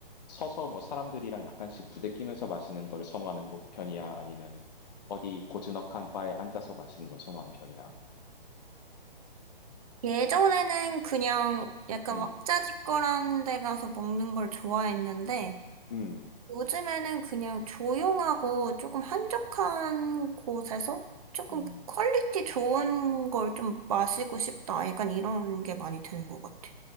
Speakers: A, on the left; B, on the right.
A: 서서 뭐 사람들이랑 약간씩 부대끼면서 마시는 거를 선호하는 거- 편이야? 아니면은 어디 고즈넉한 바에 앉아서 마시는 걸 선호하는 편이야?
B: 예전에는 그냥 약간
A: 음,
B: 왁자지껄한 데 가서 먹는 걸 좋아했는데
A: 음,
B: 요즘에는 그냥 조용하고 조금 한적한 곳에서 조금
A: 음,
B: 퀄리티 좋은 걸 좀 마시고 싶다. 약간 이런 게 많이 드는 것 같아.